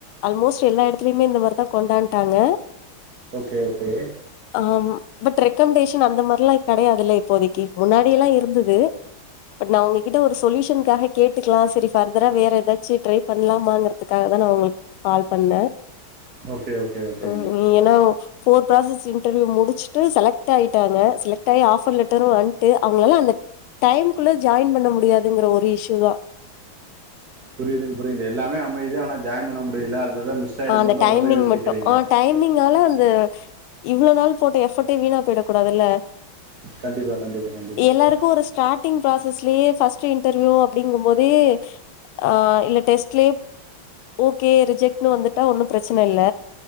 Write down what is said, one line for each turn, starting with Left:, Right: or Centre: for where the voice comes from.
Left: ஆல்மோஸ்ட் எல்லா எடத்துலயுமே இந்த மாரி தா கொண்டு வந்ட்டாங்க
Right: ஓகே ஓகே
Left: ஆம் பட் ரெக்கம்ண்டேஷன் அந்த மாரில்லா கெடையாதுல்ல இப்போதைக்கு முன்னாடி எல்லா இருந்துது பட் நா உங்ககிட்ட ஒரு சொல்யூஷன்காக கேட்டுக்கலா சரி ஃபர்தரா வேற எதாச்சு ட்ரை பண்லாமாங்கறத்துக்காக தா நா உங்களுக் கால் பண்ணே
Right: ஓகே ஓகே ஓகேங்க
Left: ம் நீ ஏனா ஃபோர் ப்ராசஸ் இன்டர்வியூ முடிச்சுட்டு செலக்ட் ஆய்ட்டாங்க செலக்ட் ஆயி ஆஃபர் லெட்டரு வந்ட்டு அவங்களால அந்த டைம்குள்ள ஜாயின் பண்ண முடியாதுங்கற ஒரு இஷ்ஷு தா
Right: புரியிதுங் புரியிது எல்லாமே அமையிது ஆனா ஜாயின் பண்ண முடியில அதுதா மிஸ் ஆகிடும்
Left: ஆ அந்த
Right: தான்
Left: டைமிங்
Right: ரொம்ப யோசிக்கிறீங்க
Left: மட்டு ஆ டைமிங்கால அந்த இவ்ளோ நாள் போட்ட எஃபட்டே வீணா போய்ட கூடாதுல்ல
Right: கண்டிப்பாக கண்டிப்பாக கண்டிப்பாக
Left: எல்லாருக்கு ஒரு ஸ்டாட்டிங் ப்ராசஸ்லியே ஃபஸ்ட்டு இன்டர்வியூ அப்டிங்கம்போது ஆ இல்ல டெஸ்ட்லயே ஓகே ரிஜெக்ட்னு வந்துட்டா ஒன்னு பிரச்சனல்ல